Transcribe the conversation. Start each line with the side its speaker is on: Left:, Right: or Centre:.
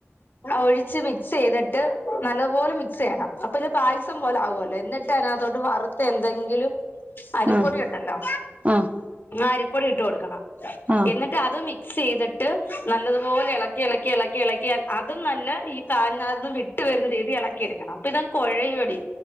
Left: ഒഴിച്ച് മിക്സ് ചെയ്തിട്ട്. നല്ലത് പോലെ മിക്സ് ചെയ്യണം. അപ്പൊ ഇത് പായസം പോലെ ആവുല്ലോ, എന്നിട്ട് അതിനകത്തോട്ട് വറുത്ത് എന്തെങ്കിലും. അരിപ്പൊടി
Right: ഉം
Left: ഉണ്ടല്ലോ,
Right: ആഹ്
Left: ആ അരിപ്പൊടി ഇട്ട് കൊടുക്കണം.
Right: ആഹ് ആഹ്
Left: എന്നിട്ട് അത് മി മിക്സ് ചെയ്തിട്ട്, നല്ലതുപോലെ ഇളക്കി ഇളക്കി ഇളക്കി. ഇളക്യാൻ അതും നല്ല ഈ തായ്ന്നാരി ൽ നിന്നും വിട്ട് വരുന്ന രീതി ഇളക്കിരിക്കണം. അപ്പൊ ഇതങ്ങ് കൊ ഴയോടി.